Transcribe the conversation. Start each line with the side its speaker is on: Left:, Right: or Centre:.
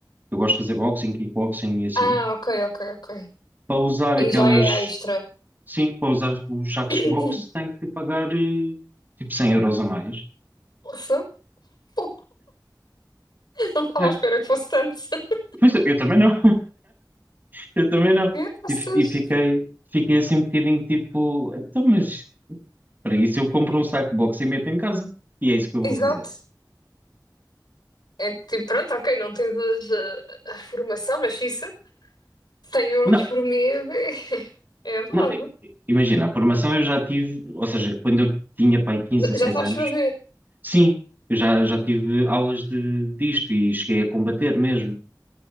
Right: eu gosto de fazer boxing, kickboxing e assim,
Left: Ah, ok, ok, ok.
Right: para usar aquelas
Left: E já é extra.
Right: Sim, para usar o Jackbox
Left: <coughs> <clears throat>
Right: tem que pagar eh, tipo 100 euros a mais.
Left: Nossa, pô, não estava
Right: É.
Left: à espera que fosse tanto. <laughs>
Right: Pois eu, eu também não, <laughs> eu também não.
Left: Que vocês?
Right: E, fi- e fiquei, fiquei assim um bocadinho tipo, então, mas para isso eu compro um saco Jackbox e meto em casa. E é isso que eu vou
Left: Exato.
Right: fazer.
Left: É que, tipo, pronto, ok, não tens a, a- a formação, mas isso. 100 euros
Right: Não,
Left: por mês é, é dose.
Right: não, i- i- imagina, a formação eu já tive, ou seja, quando eu tinha pai 15, 16
Left: Já sabes
Right: anos,
Left: fazer.
Right: sim, eu já, já tive aulas de, disto e cheguei a combater mesmo.